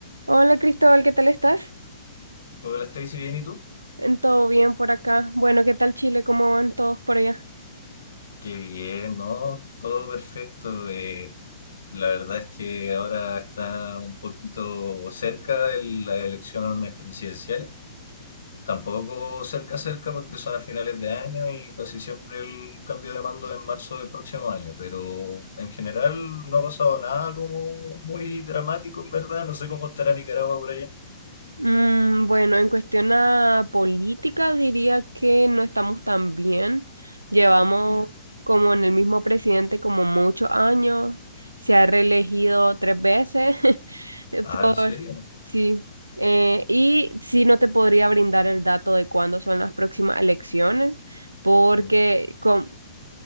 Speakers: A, on the right (about 85°); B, on the left (about 60°).
A: Hola Cristóbal, ¿qué tal estás?
B: Hola Stacy, bien, ¿y tú?
A: En ¿Todo bien por acá? Bueno, ¿qué tal Chile? ¿Cómo van todos por allá?
B: Qué bien, ¿no? Todo perfecto. eh, la verdad es que ahora está un poquito cerca de las elecciones presidenciales. Tampoco cerca, cerca, porque son a finales de año y casi siempre el cambio de mando es en marzo del próximo año. Pero en general no ha pasado nada como muy dramático, en verdad. No sé cómo estará Nicaragua por allá.
A: Mm, bueno, en cuestión a política diría que no estamos tan bien. Llevamos
B: Ya.
A: como en el mismo presidente como muchos años. Se ha reelegido tres veces <laughs> eh, por...
B: Ah, ¿en serio?
A: Sí. Eh, y sí, no te podría brindar el dato de cuándo son las próximas elecciones porque...
B: Ya.
A: con-